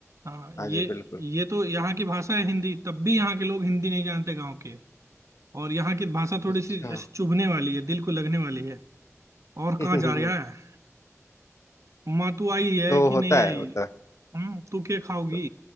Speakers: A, on the right; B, on the left.
A: हाँ ये
B: हाँ जी बिल्कुल
A: ये तो यहाँ की भाषा है हिंदी तब भी यहाँ के लोग हिंदी नहीं जानते गांव के और यहाँ की भाषा थोड़ी
B: अच्छा
A: सी ऐसे चुभने वाली है दिल को लगने वाली है और
B: <laughs>
A: कहाँ
B: हम्म
A: जा रहा है माँ तू आई है
B: तो
A: कि
B: होता
A: नहीं आई
B: है होता
A: हम्म तू क्या खाओगी
B: है